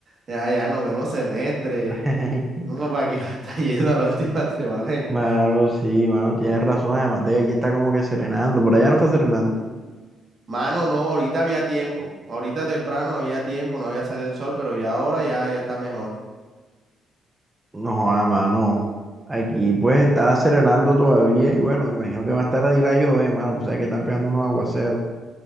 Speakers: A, on the right (about 45°); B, on the right (about 15°).
A: ya, ya noveno semestre.
B: <laughs>
A: Uno para que <laughs> va a estar yendo a la última semana. de
B: Mano,
A: que-
B: sí, mano, tienes razón, además de que aquí está como que serenando, por allá no está serenando.
A: Mano, no, ahorita había tiempo. Ahorita temprano había tiempo, no había salido el sol, pero ya ahora ya, ya está mejor.
B: No, joda mano, aquí pues está serenando todavía y bueno, me imagino que más tarde irá a llover, mano, pues sabes que están pegando unos aguaceros.